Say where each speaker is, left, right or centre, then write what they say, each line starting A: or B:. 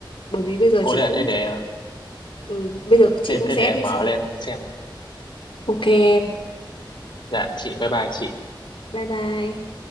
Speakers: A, on the left (about 80°); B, on the left (about 60°).
A: Bởi vì bây giờ
B: ôi
A: chị
B: thế
A: cũng
B: thế để
A: ừ, bây giờ chị
B: thế,
A: cũng
B: thế
A: sẽ
B: để em
A: đi
B: mở
A: xem.
B: lên xem
A: Ok em.
B: dạ chị bye bye chị
A: Bye bye.